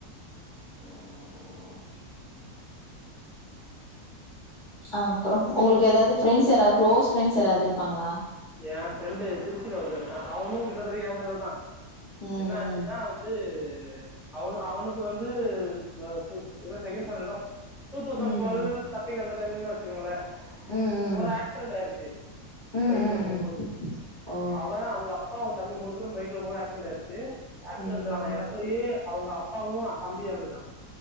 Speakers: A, in the centre; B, on the left.
A: ஆ
B: ஆ அப்பறம் உங்களுக்கு ஏதாவது பிரேண்ஸ் யாரது க்ளோஸ் பி ரேண்ஸ் யாராவது இருப்பாங்களா
A: என் ஃப்ரெண்டு திருச்சியில ஒருத்தன் அவனும் கிட்டத்தட்ட எங்கததான்
B: ம்
A: என்னாச்சுன்னா வந்து அவ அவனுக்கு வந்துக் ஆஹ் செகண்ட் ஸ்டாண்டர்டோ டூதவ்சன்
B: ம்
A: டூவல் தட்டின் அந்த டைன் வச்சக்கோங்களே
B: ம் ம்
A: ஒரு ஆக்சிடெண்டு ஆயிடுச்சு
B: ம் ம்
A: பைக்ல
B: ம்
A: போகும்போது
B: ம் ஓ
A: அவன் அவங்க அப்பா வந்து தம்பி மூணு பேரும் பைக்ல போக ஆக்சிடெண்டு ஆயிடுச்சு ஆக்சிடெண்டு
B: ஐயோ
A: ஆன இடத்துலயே அவங்க அப்பாவும் தம்பியும் இறந்துட்டாங்க